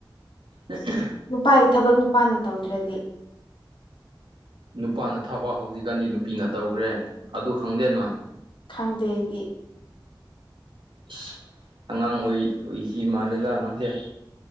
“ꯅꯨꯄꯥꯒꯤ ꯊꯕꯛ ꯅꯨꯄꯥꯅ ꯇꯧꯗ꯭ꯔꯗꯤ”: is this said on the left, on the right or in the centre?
Left